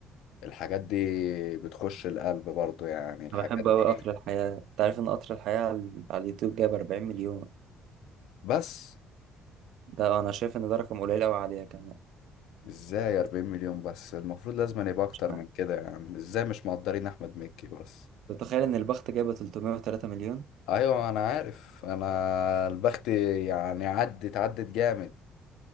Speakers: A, on the left; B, on the right.
A: الحاجات دي بتخش القلب برضو يعني الحاجات
B: أنا بحب
A: دي
B: أوي قطر الحياة أنت عارف إن قطر الحياة على على اليوتيوب جايب 40 مليون
A: بس
B: ده أنا شايف إن ده رقم قليل أوي عليها كمان
A: ازاي 40 مليون بس المفروض لازم أن يبقى اكتر
B: مش عارف
A: من كده يعني ازاي مش مقدرين احمد مكي بس
B: تتخيل إن البخت جايبة 303 مليون
A: ايوه انا عارف انا البخت يعني عدت عدت جامد